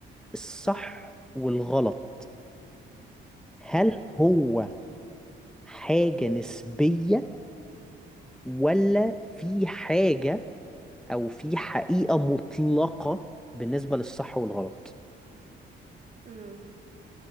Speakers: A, in the centre; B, on the right.
A: الصح
B: تمام
A: والغلط هل
B: امم
A: هو حاجة نسبية ولا في حاجة أو في حقيقة مطلقة بالنسبة للصح والغلط؟
B: امم